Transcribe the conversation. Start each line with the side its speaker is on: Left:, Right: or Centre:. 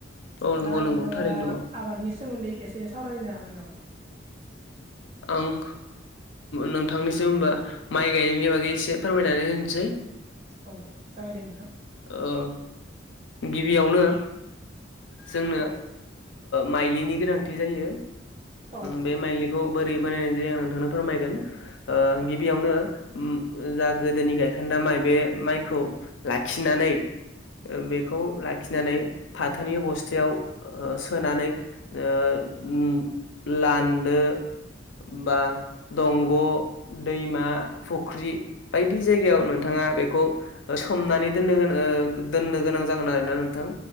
Left: औ नंगौ
Right: दा नोंथाङा
Left: नंगौ थारैनो नंगौ
Right: आबादनि। सोमोन्दै एसे सावरायनो हागोन नामा?
Left: ओं। नोंथांनिसिम होनबा माइ गायनायनि बागै एसे फोरमायनानै होनोसै।
Right: औ। जागायदो नोंथां
Left: ओ गिबियावनो। जोंनो
Right: औ
Left: माइलिनि गोनांथि जायो
Right: औ
Left: बे माइलि। खौ बोरै बानायनाय जायो आं नोंथांनो फोरमायगोन ओ
Right: औ
Left: गिबियावनो। जा गोदोनि गायखान्दा माइ बे माइखौ लाखिनानै बेखौ लाखिनानै। फाथोनि बस्थायाव ओ सोनानै ओम लानदो बा दंग' दैमा फुख्रि बायदि जायगायाव नोंथाङा। बेखौ हमनानै दोननो दोननो गोनां जागोन आरोना नोंथां